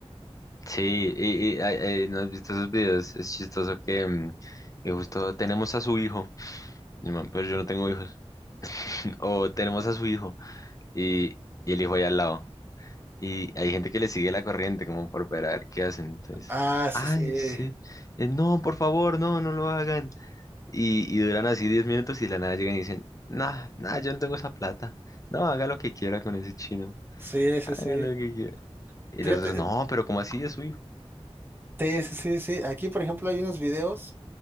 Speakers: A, on the left; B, on the right.
A: Sí, y, y, ay, ay, ¿no has visto esos videos? Es chistoso que, mm, que justo tenemos a su hijo, Y, man, pero yo no tengo hijos. <laughs> O tenemos a su hijo y, y el hijo ahí al lado. Y hay gente que le sigue la corriente como por ver a ver qué hacen. Entonces,
B: Ah, sí,
A: ay,
B: sí,
A: sí. eh, no, por favor, no, no lo hagan. Y, y duran así 10 minutos y de la nada llegan y dicen, nah, nah, yo no tengo esa plata. No, haga lo que quiera con ese chino.
B: sí, sí,
A: Haga
B: sí.
A: lo que quiera. Y
B: Fíjate.
A: los otros, no, pero ¿cómo así es su hijo?
B: Sí, sí, sí, sí. Aquí, por ejemplo, hay unos videos